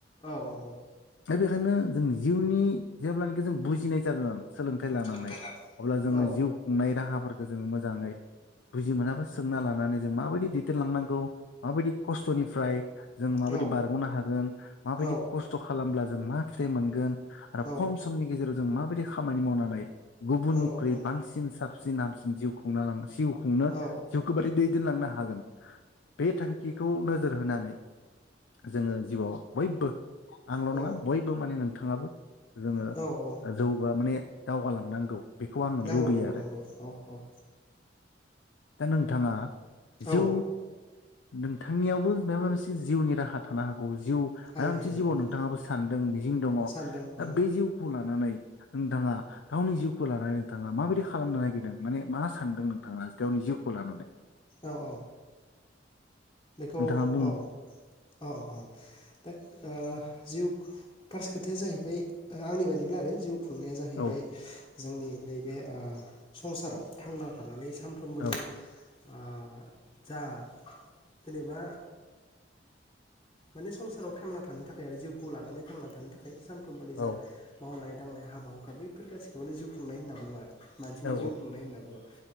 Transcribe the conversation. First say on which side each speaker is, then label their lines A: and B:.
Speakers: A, on the left (about 25°); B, on the left (about 80°).
A: औ।
B: दा बेखायनो जों जिउनि जेब्लानि <unintelligible> बुजिनाय जागोन सोलोंथाय लानानै
A: सोलोंथाइ
B: अब्ला
A: लानो
B: जोंङो जिउ खुंनाय राहाफोर जोङों मोजाङै बुजि मोनाबा सोंना लानानै जों माबायदि दैदेनलांनांगौ माबायदि खस्थ'निफ्राय जों माबायदि
A: औ
B: बारग'नो हागोन माबायदि
A: औ
B: खस्थ' खालामब्ला जों मा फिथाइ मोनगोन? आरो
A: औ
B: खम समनि गेजेराव जों माबायदि खामानि मावनानै गुबुननिख्रुइ
A: औ औ
B: बांसिन <unintelligible> <unintelligible> जिउ खुंना लांगोन जिउ खुंनो
A: औ
B: जिउखौ <unintelligible> <unintelligible> हागोन बे थांखिखौ नोजोर होनानै जोङो जिउआव बयबो आंल'
A: औ
B: नङा बयबो मानि नों थाङाबो जोङो
A: औ औ
B: ओ जौगा माने दावगालांनांगौ बेखौ आङो
A: नांगौ
B: लुबैयो
A: नांगौ
B: आरो
A: नांगौ औ औ
B: दा नोंथाङा जौ
A: औ
B: नोंथांनियावबो माबा मोनसे जिउनि राहा थानो हागौ जिउ
A: हायो
B: माबा मोनसे
A: हायो
B: जिउआव
A: औ
B: नोंथाङाबो सानदों मिजिं दङ
A: सानदों
B: दा
A: औ
B: बे जिउखौ ल नानै नोंथाङा गावनि जिउखौ लानानै नोंथाङा माबायदि खालामनो नागिरदों माने मा सानदों नोंथाङा गावनि जिउखौ लानानै
A: औ औ बेखौ
B: नोंथाङा बुं
A: औ औ औ औ दा जिउ फार्स्ट खोथाया जाहैबाय आंनि बादिब्ला आरो जिउ खुंनाया जाहैबाय
B: औ
A: जोंनि नैबे संसाराव थांना थानानै सानफ्रोमबोनि
B: औ
A: आ जा जेनेबा माने संसाराव थांना थानो थाखाय आरो जिउखौ लानानै थांना थानो थाखाय सानफ्रोमबोनि जा
B: औ
A: मावनाय दांनाय हाबा हुखा बैफोर गासैखौबोनो जिउ खुंनाय होनना बुङो आरो मानसिनि
B: औ
A: जिउ खुंनाय होनना बुङो